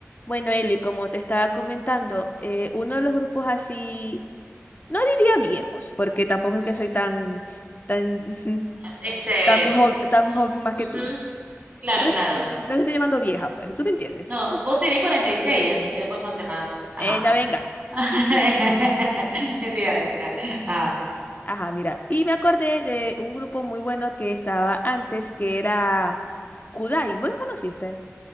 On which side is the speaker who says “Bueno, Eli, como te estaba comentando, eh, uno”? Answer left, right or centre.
Left